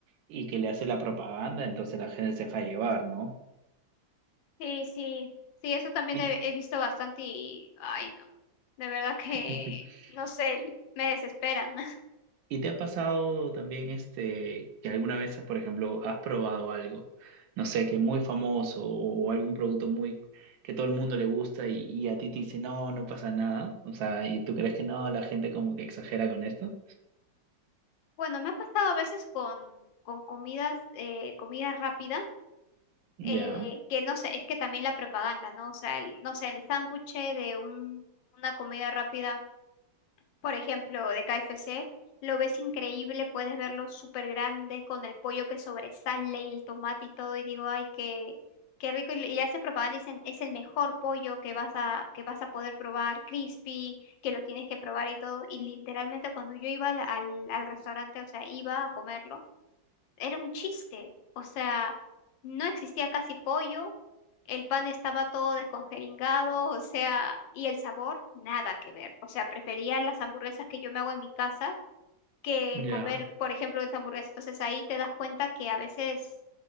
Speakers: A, on the right; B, on the left.
A: y que le hace la propaganda, entonces la gente se deja llevar, ¿no?
B: Sí, sí, sí, eso también
A: ¿Y,
B: he, he visto bastante y, ay, no, de verdad que,
A: <laughs>
B: no sé, me desesperan. <laughs>
A: y te ha pasado también este, que alguna vez, por ejemplo, has probado algo, no sé, que es muy famoso o algún producto muy que todo el mundo le gusta y, y a ti te dice, no, no pasa nada, o sea, y tú crees que no, la gente como que exagera con esto,
B: Bueno, me ha pasado a veces con, con comidas, eh, comida rápida.
A: ya.
B: eh, que no sé, es que también la propaganda, ¿no? O sea, el- no sé, el sándwich de un- una comida rápida por ejemplo, de KFC, lo ves increíble, puedes verlo súper grande con el pollo que sobresale y el tomate y todo, y digo, ay, qué, qué rico, y, y le hace propaganda y dicen, es el mejor pollo que vas a, que vas a poder probar, crispy, que lo tienes que probar y todo, y literalmente cuando yo iba al, al al restaurante, o sea, iba a comerlo, era un chiste. O sea, no existía casi pollo, el pan estaba todo descongeringado, o sea, y el sabor nada que ver. O sea, prefería las hamburguesas que yo me hago en mi casa que
A: Ya,
B: comer, por ejemplo, esa hamburguesa. Entonces ahí te das cuenta que a veces